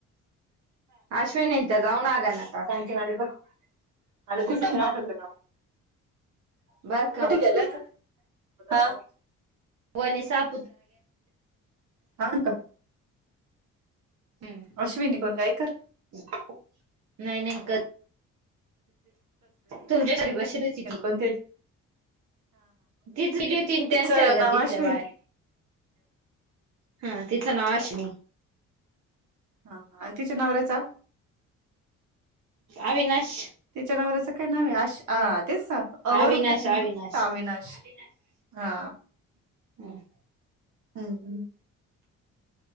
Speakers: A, on the right; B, on the right.
A: अश्विनी त्या जाऊन आल्या न आता
B: <unintelligible>
A: बर का
B: कुठे गेला लता हा
A: व निसाब
B: हा का
A: हम्म
B: अश्विनी कोन घाइकर कर
A: नाही नाही क तुमच्यासाठी बषरती ती
B: दे पण
A: ती दिेली होती त्यांच्या
B: तिचं नाव
A: गर्दीतल्या
B: अश्विनी
A: बाहेर हा तिचं नाव अश्विनी
B: हा आणि तिच्या नवऱ्याचा
A: अविनाश
B: तिच्या नवऱ्याचा काय नाव आहे आशा हा तेच अवरुणचे
A: अविनाश अविनाश
B: म्हणूनता अविनाश हा
A: हम्
B: हम् हम्